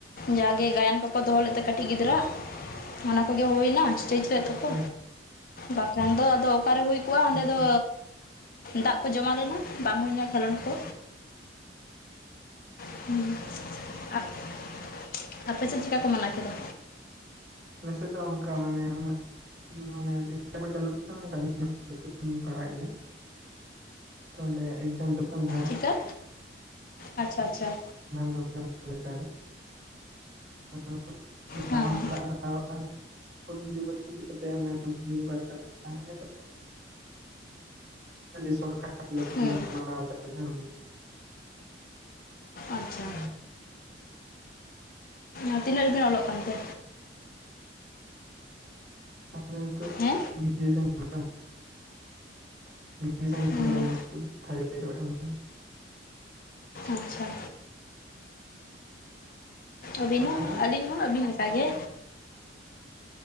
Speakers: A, on the left; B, on the right.
A: ᱡᱟᱜᱮ ᱜᱟᱭᱟᱱ ᱠᱚᱠᱚ ᱫᱚᱦᱚ ᱞᱮᱫ ᱛᱟᱦᱮ ᱠᱟᱹᱴᱤᱡ ᱜᱤᱫᱽᱨᱟᱹ ᱟᱜ ᱚᱱᱟ ᱠᱚᱜᱮ ᱦᱩᱭ ᱮᱱᱟ ᱮᱥᱴᱮᱡ ᱞᱮᱫ
B: ᱟᱪᱪᱷᱟ
A: ᱫᱚᱠᱚ
B: ᱟᱪᱪᱷᱟ
A: ᱵᱟᱠᱷᱟᱱ ᱫᱚ ᱟᱫᱚ ᱚᱠᱟᱨᱮ ᱦᱩᱭ ᱠᱚᱼᱟ ᱚᱸᱰᱮ
B: ᱟᱪᱪᱷᱟ
A: ᱫᱚ ᱫᱟᱜ ᱠᱚ ᱡᱚᱢᱟ ᱞᱮᱱᱟ ᱵᱟᱝ ᱦᱩᱭᱱᱟ ᱠᱷᱮᱞᱳᱰ ᱠᱚ <unintelligible> ᱟᱯᱮ ᱥᱮᱫ ᱪᱮᱫ ᱞᱮᱠᱟ ᱠᱚ ᱢᱟᱱᱟᱣ ᱠᱮᱫᱟ
B: ᱟᱞᱮᱥᱮᱫ ᱫᱚ ᱚᱱᱠᱟ ᱢᱟᱱᱮ <unintelligible> ᱢᱟᱱᱮ <unintelligible> ᱠᱚ ᱪᱟᱹᱞᱩ ᱠᱟᱱᱟ <inaudible> ᱯᱟᱲᱦᱟᱜ ᱜᱮᱭᱟ ᱚᱸᱰᱮ ᱮᱠᱡᱟᱢ ᱡᱚᱠᱦᱚᱱ <inaudible> <inaudible>
A: ᱪᱮᱠᱟ ᱟᱪᱪᱷᱟ ᱟᱪᱪᱷᱟ
B: ᱫᱚ ᱚᱠᱟᱨᱮ <inaudible>
A: ᱦᱮᱸ
B: ᱼᱼ ᱦᱩᱞ ᱫᱤᱵᱚᱥ ᱤᱫᱤ ᱠᱟᱛᱮ ᱚᱱᱟ ᱢᱤᱫ ᱵᱟᱨᱟᱨ ᱠᱟᱛᱷᱟ ᱤᱱᱟ <inaudible> ᱟᱹᱰᱤ ᱥᱚᱴ ᱠᱷᱟᱴ ᱛᱮ ᱞᱮ
A: ᱦᱩᱸ
B: ᱢᱟᱱᱟᱣᱟ ᱫᱟ <inaudible>
A: ᱟᱪᱪᱷᱟ
B: <unintelligible>
A: ᱚ ᱛᱤᱱᱟᱹᱜ ᱨᱮᱵᱤᱱ ᱚᱞᱚᱜ ᱠᱟᱱᱛᱮ
B: <inaudible> ᱱᱤᱛᱚᱜ
A: ᱦᱮᱸ
B: <inaudible> <inaudible> ᱛᱷᱟᱲ
A: ᱦᱩᱸ
B: ᱤᱭᱟᱲ ᱪᱟᱞᱟᱜ ᱠᱟᱱᱟ ᱛᱟᱞᱤᱧᱟ
A: ᱟᱪᱪᱷᱟ ᱟᱹᱵᱤᱱ ᱦᱚᱸ
B: ᱟᱵᱤᱱ ᱫᱚ
A: ᱟᱹᱞᱤᱧ ᱦᱚᱸ ᱟᱹᱵᱤᱱ ᱞᱮᱠᱟᱜᱮ